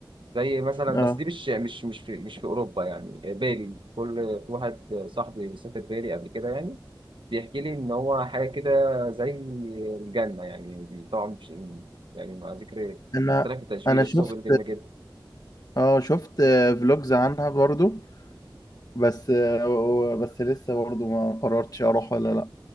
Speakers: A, on the right; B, on the left.
A: زي مثلا
B: اه
A: بس دي مش مش مش في مش في أوروبا يعني بالي كل واحد صاحبي سافر بالي قبل كده يعني بيحكي لي إن هو حاجة كده زي الجنة يعني بي- طبعا مش يعني مع ذكر
B: انا
A: اختلاف التشبيه
B: انا
A: بس
B: شفت
A: هو بيقول جميلة جدا
B: اه شفت فلوجز عنها برضو بس آه، بس لسه برضو ما قررتش اروح ولا لا